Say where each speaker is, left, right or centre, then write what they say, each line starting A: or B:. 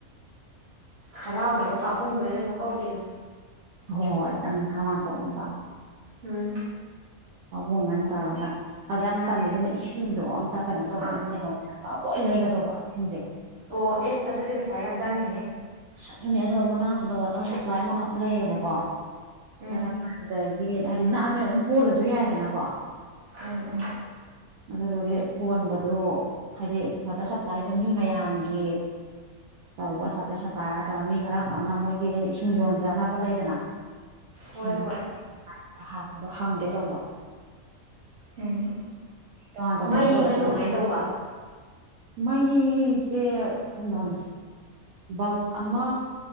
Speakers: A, on the right; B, on the right.
A: ꯍꯔꯥꯎꯅꯕ ꯄꯥꯄꯨꯡꯗ ꯑꯣꯏꯅ ꯑꯗꯨꯝ ꯀꯧꯕꯤꯔꯣ
B: ꯍꯣꯏ ꯍꯣꯏ ꯈꯤꯇꯪ ꯍꯃꯥꯟ ꯊꯣꯛꯅꯕ
A: ꯎꯝ
B: ꯑꯕꯨꯡꯉꯥꯏꯅ ꯇꯧꯔꯒ ꯑꯗ ꯑꯃꯝ ꯇꯜꯂꯤꯁꯤꯅ
A: ꯎꯝ
B: ꯏꯁꯤꯡꯗꯣ ꯑꯝꯇ ꯀꯩꯅꯣ ꯇꯧꯕ
A: ꯑꯥ
B: ꯑꯝꯇ ꯂꯩꯍꯧ ꯂ ꯂꯩꯒꯗꯧꯕ ꯁꯤꯁꯤꯡꯁꯦ
A: ꯑꯣ ꯑꯦ ꯑꯗꯨꯗꯤ ꯄꯩꯁꯥ ꯌꯥꯝ ꯆꯪꯅꯤꯡꯍꯦ
B: ꯑꯗꯨꯅꯦ ꯑꯗꯣ ꯃꯅꯥꯛꯇꯨꯗ ꯋꯥꯇꯔ ꯁꯄ꯭ꯂꯥꯏ ꯑꯃꯈꯛ ꯂꯩꯌꯦꯕꯀꯣ
A: ꯎꯝ
B: ꯆꯁꯐꯥꯏ ꯑꯗꯒꯤ ꯍꯥꯏꯗꯤ ꯅꯥꯃꯦ ꯑꯗꯨꯝ ꯍꯣꯜꯂꯁꯨ ꯌꯥꯏꯗꯅꯀꯣ
A: ꯎꯝ ꯎꯝ
B: ꯑꯗꯨꯗꯨꯗꯒꯤ ꯍꯣꯟꯕꯗꯣ ꯍꯥꯏꯗꯤ ꯋꯥꯇꯔ ꯁꯄ꯭ꯂꯥꯏꯗ ꯃꯤ ꯃꯌꯥꯝꯒꯤ ꯇꯧꯕ ꯁꯥꯇ꯭ꯔ ꯁꯔꯄ꯭ꯂꯥꯏꯔ ꯅꯠꯇ꯭ꯔꯒ ꯃꯤ ꯈꯔ ꯈꯛꯅ ꯃꯣꯏꯒꯤ ꯍꯥꯏꯗꯤ ꯏꯁꯤꯡ ꯌꯣꯟꯖꯅꯕ ꯂꯩꯗꯅ
A: ꯍꯣꯏ
B: ꯁꯦꯝꯕ
A: ꯍꯣꯏ
B: ꯍꯥꯏꯕꯗꯣ ꯍꯪꯒꯦ ꯇꯧꯕ
A: ꯍꯝ
B: ꯇꯣꯉꯥꯟ ꯇꯧꯖꯕ
A: ꯃꯩꯅ
B: ꯑꯣꯏꯔꯗꯤ
A: ꯀꯃꯥꯏꯅ
B: ꯑꯗꯨꯝ
A: ꯇꯧꯕ
B: ꯃꯩꯁꯦ ꯀꯩꯅꯣꯅꯦ ꯕꯜꯞ ꯑꯃ